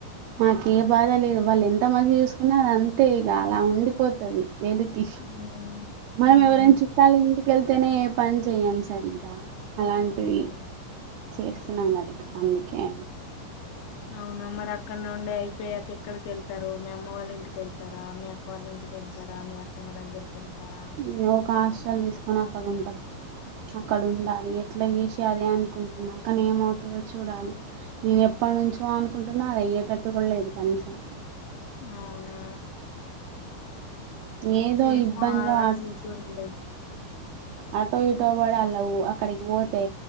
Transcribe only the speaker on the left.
ఉమ్.
ఉమ్.
ఉమ్.
ఔనా మరక్కన్నే ఉండి అయిపోయాక ఎక్కడికెళ్తరు మీ అమ్మ వాళ్ళింటికెళ్తారా మీ అక్క వాళ్ళింటి ఎళ్తారా మీ అత్తమ్మ దగ్గర్కెళ్తారా
ఔనా
ఏమో
ఆలోచించుండి